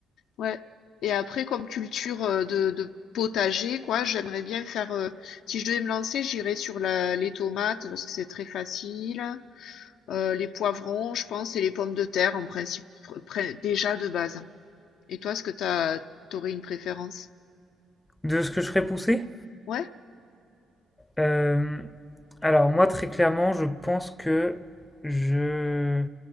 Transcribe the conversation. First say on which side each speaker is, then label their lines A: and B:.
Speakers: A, on the left (about 80°); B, on the left (about 15°).
A: Ouais. Et après, comme culture, heu, de de potager, quoi, j'aimerais bien faire, heu, si je devais me lancer, j'irais sur la les tomates parce que c'est très facile, heu, les poivrons, je pense et les pommes de terre, en principe, pr pré déjà de base. Et toi, est-ce que tu as une préférence?
B: De ce que je ferais pousser
A: Ouais?
B: Euh, Alors, moi, très clairement, je pense que je,